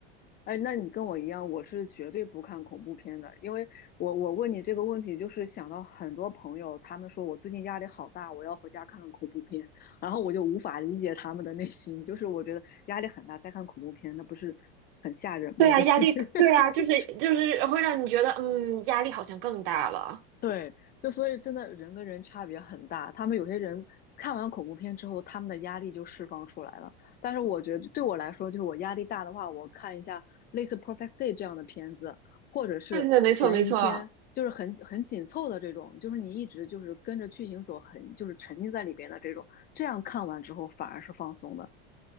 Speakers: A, on the left (about 30°); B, on the right (about 65°).
A: 哎，那你跟我一样，我是绝对不看恐怖片的，因为我我问你这个问题，就是想到很多朋友，他们说我最近压力好大，我要回家看看恐怖片，然后我就无法理解他们的内心，就是我觉得压力很大，再看恐怖片，那不是很吓人吗？
B: 对啊，
A: 就是
B: 压力，
A: <laughs>
B: 对啊，就是就是会让你觉得，嗯，压力好像更大了。
A: 对，就所以真的人跟人差别很大。他们有些人看完恐怖片之后，他们的压力就释放出来了。但是我觉得对我来说，就是我压力大的话，我看一下类似《Perfect Day》这样的片子，或者是悬疑片，
B: 对对，没错没错。
A: 就是很很紧凑的这种，就是你一直就是跟着剧情走很，就是沉浸在里边的这种，这样看完之后反而是放松的。